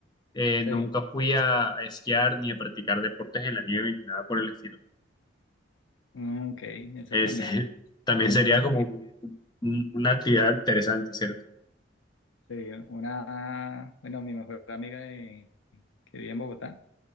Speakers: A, on the left; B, on the left.
A: Eh,
B: sí.
A: nunca fui a, a esquiar ni a practicar deportes en la nieve ni nada por el estilo.
B: Mm, ok, eso
A: Es,
B: también
A: <laughs> también
B: suena
A: sería
B: muy
A: como
B: bien.
A: un- una actividad interesante, ¿cierto?
B: Sí, una, bueno, mi mejor amiga de, que vive en Bogotá.